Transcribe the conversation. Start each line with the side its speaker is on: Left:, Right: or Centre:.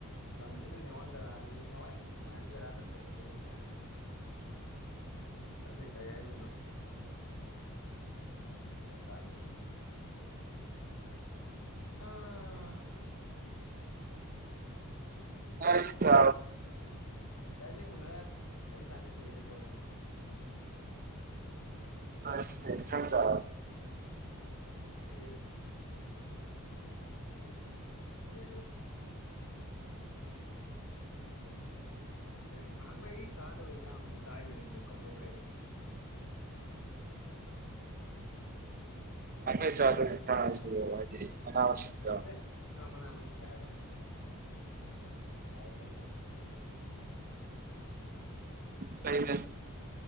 Left: ꯂꯝꯁꯤꯅ ꯅꯦꯋꯥꯏ ꯖꯒꯥ ꯅꯦꯋꯥꯏ ꯅꯨꯡꯉꯥꯏꯕ ꯖꯒꯥꯗ ꯂꯩꯁꯤꯜꯂꯨꯕꯅꯤꯅ ꯈꯪꯗꯤ ꯀꯔꯤ ꯍꯥꯏꯗꯣꯏꯅꯣ ꯆꯦꯟꯗꯗ꯭ꯔꯦ ꯑꯥ
Right: ꯑꯆꯥ
Left: ꯏ ꯏꯁꯤꯡ ꯎꯅꯔꯦ ꯎꯣꯔꯩ ꯁꯥꯥꯅ ꯀꯨꯏꯔꯦꯗ ꯇꯧꯔꯤꯅꯤ
Right: ꯍꯦ ꯐꯁ
Left: ꯞ <unintelligible> ꯑꯩ ꯀ ꯅꯍꯥꯟꯋꯥ ꯑꯩ ꯆꯥꯗꯕ ꯅꯍ ꯆꯥꯈꯤꯕꯅꯤꯅꯦ ꯀꯧꯊꯣꯛꯈ꯭ꯔꯦꯅꯦ
Right: ꯦ ꯆ ꯑꯗꯨ ꯊꯥꯁꯨ ꯍꯥꯏꯗꯤ ꯃꯅꯥ ꯃꯁꯤꯡꯒ
Left: ꯅꯠꯇꯦ ꯑ ꯃꯅꯥ ꯃꯁꯤꯡꯗ ꯍꯥꯏꯕ ꯑꯥꯎ ꯑꯣꯏꯉ
Right: ꯀꯩ ꯐ